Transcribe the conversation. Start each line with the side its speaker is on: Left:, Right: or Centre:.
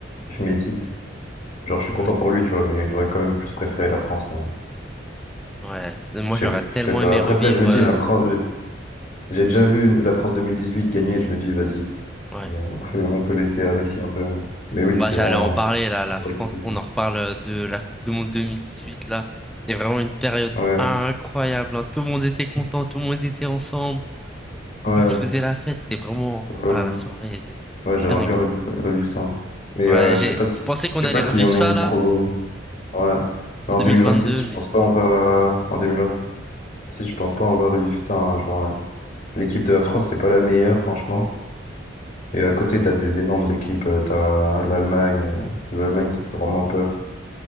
Left: Messi. Genre, je suis content
Centre: Ouais.
Left: pour lui, tu vois, mais j'aurais quand même plus préféré la France. euh.
Centre: Ouais. Moi,
Left: je
Centre: j'aurais
Left: sais
Centre: tellement
Left: je sais pas.
Centre: aimé
Left: Après,
Centre: revivre,
Left: tu sais, je me dis,
Centre: heu
Left: la France. J'ai déjà vu la France 2018 gagner, je me dis, vas-y,
Centre: ouais.
Left: hein, on peut, on peut laisser à Messi un peu. hein. Mais oui, c'était
Centre: Bah, j'allais
Left: vraiment.
Centre: en parler
Left: euh,
Centre: là, la
Left: c'est
Centre: France.
Left: vrai que-
Centre: On en reparle euh, de la Coupe du Monde 2018 là. C'était vraiment une période
Left: Ouais,
Centre: incroyable. hein. Tout le monde était content, tout le monde était ensemble,
Left: ouais,
Centre: tout
Left: euh,
Centre: le monde faisait la fête. C'était vraiment
Left: ouais,
Centre: ah, la soirée de,
Left: ouais,
Centre: de
Left: j'aimerais
Centre: dingue.
Left: bien revivre, revivre ça. Mais
Centre: Ouais,
Left: euh,
Centre: j'ai,
Left: je sais pas si,
Centre: je pensais qu'on
Left: je
Centre: allait
Left: sais pas si
Centre: revivre
Left: on
Centre: ça
Left: a une
Centre: là
Left: trop. Ouais.
Centre: en
Left: Mais En
Centre: 2022,
Left: 2026, je
Centre: mais
Left: pense pas
Centre: dommage.
Left: on va. En 2026, je pense pas on va revivre ça. hein, genre, euh, l'équipe de la France, c'est pas la meilleure, franchement. Et à côté, t'as des énormes équipes. euh, T'as l'Allemagne. euh, L'Allemagne, ça fait vraiment peur.